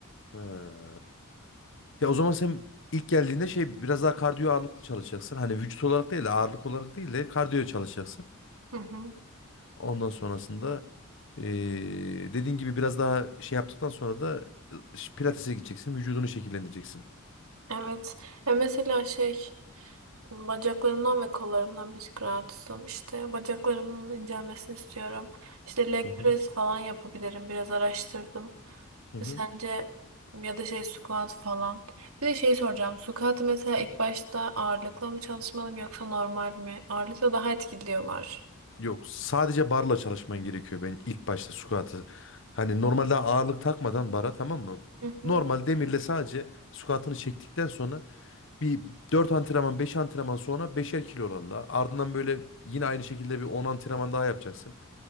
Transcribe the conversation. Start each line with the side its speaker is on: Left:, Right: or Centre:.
Left: He. Ya o zaman sen ilk geldiğinde şey biraz daha kardiyo ağırlıklı çalışacaksın. Hani vücut olarak değil de ağırlık olarak değil de kardiyo çalışacaksın.
Right: Hı hı.
Left: Ondan sonrasında eee dediğin gibi biraz daha şey yaptıktan sonra da ş- pilatese gideceksin. Vücudunu şekillendireceksin.
Right: Evet. E mesela şey bacaklarımdan ve kollarımdan bir tık rahatsızım. İşte bacaklarımın incelmesini istiyorum. İşte leg
Left: Hı hı.
Right: press falan yapabilirim. Biraz araştırdım.
Left: Hı
Right: E
Left: hı.
Right: Sence ya da şey squat falan. Bir de şey soracağım. Squat mesela ilk başta ağırlıkla mı çalışmalıyım yoksa normal mi? Ağırlıkla daha etkili diyorlar.
Left: Yok sadece barla çalışman gerekiyor ben ilk başta squat'ı. Hani normalde ağırlık takmadan bara tamam mı?
Right: Hı hı,
Left: Normal demirle sadece squat'ını çektikten sonra Bir 4 antrenman 5 antrenman sonra beşer kilo oranla. Ardından böyle yine aynı şekilde bir 10 antrenman daha yapacaksın.